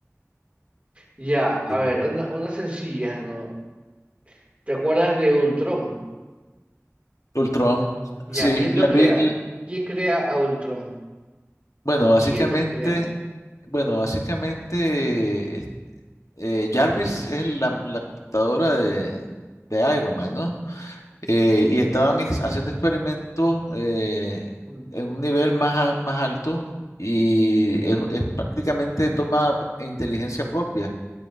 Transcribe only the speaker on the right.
Ya, a
ver, una, una sencilla, ¿no? ¿Te acuerdas de Ultron?
Ya,
¿quién
lo crea?
¿Quién crea a Ultron?
¿O quiénes
crean?
Mm,